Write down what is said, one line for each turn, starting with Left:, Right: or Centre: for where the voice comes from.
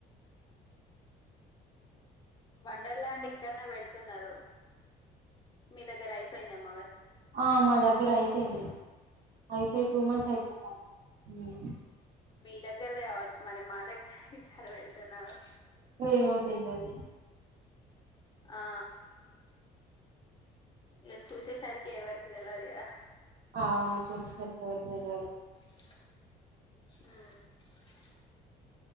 Left: వండర్ల్యాండ్ ఇక్కడ్నే పెడుతున్నరు మీ దగ్గర అయిపోయిందెమ్
Right: ఆ మా దగ్గర అయిపోయింది. అయిపోయి టూ మంత్స్ అయిపోతాంది. మ్మ్
Left: మీ దగ్గర్దే కావొ చ్చు మరి మా దగ్గర తీస్ హర బెడతన్నావ్
Right: పో ఏమో తెల్వది
Left: ఆ ఇగ చూసేసరికి ఎవరిది తెల్వదిగ.
Right: ఆవునా చూస్తె బోర్ బోర్నా అయి
Left: ఉమ్